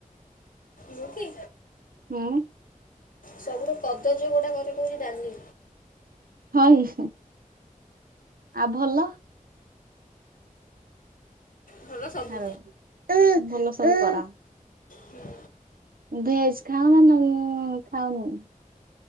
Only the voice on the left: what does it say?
ମୁଁ କି?
ସବୁଠୁ କଦର୍ଯ୍ୟ କୋଉଟା କରେ ସେଇଟା କୋହୁଚି ଡାଲି
ଭଲ ସବୁ
ହୁଁ,